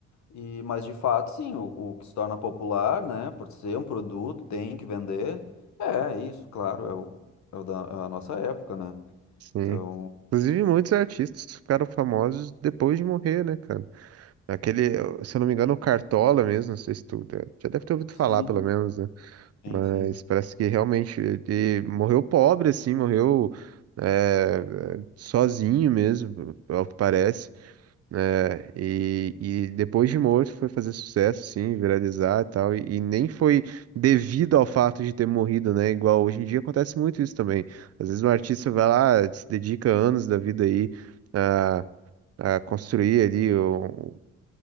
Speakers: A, on the left; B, on the right.
A: E, mas de fato, sim, o, o que se torna popular, né? Por ser um produto, tem que vender. É, é isso, claro, é o, é o da é a nossa época, né?
B: Sim.
A: Então,
B: Inclusive, muitos artistas ficaram famosos depois de morrer, né, cara? Aquele, se eu não me engano, o Cartola mesmo, não sei se tu já deve ter ouvido
A: sim,
B: falar, pelo menos, né?
A: sim,
B: Mas
A: sim,
B: parece que realmente ele morreu pobre, assim, morreu eh, sozinho mesmo, ao que parece. né e, e depois de morto foi fazer sucesso, sim, viralizar e tal. E, e nem foi devido ao fato de ter morrido, né? Igual hoje em dia acontece muito isso também. Às vezes um artista vai lá, se dedica anos da vida aí a, a construir ali um